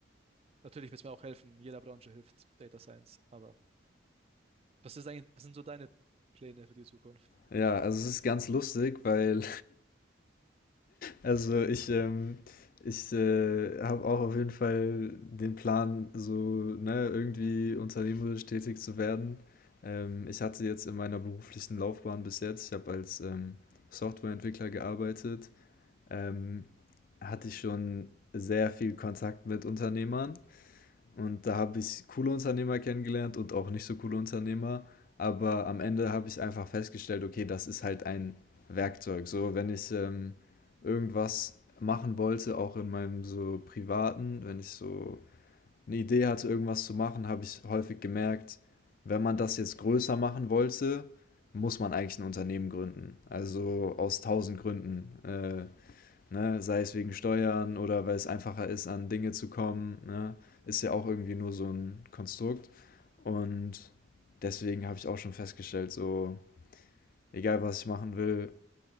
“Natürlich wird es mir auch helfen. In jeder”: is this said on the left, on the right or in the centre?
Right